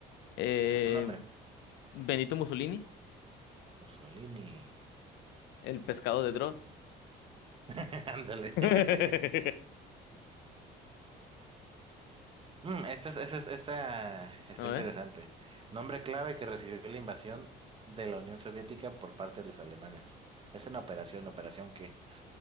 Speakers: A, on the left; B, on the right.
A: Eh,
B: O sea, su nombre.
A: Benito Mussolini,
B: Mussolini.
A: el pescado de Dross.
B: <laughs> Ándale.
A: <laughs> A
B: <laughs> Mm, esta, es- esta, es- esta está
A: ver.
B: interesante. Nombre clave que recibió la invasión de la Unión Soviética por parte de los alemanes. Es una operación, ¿operación qué?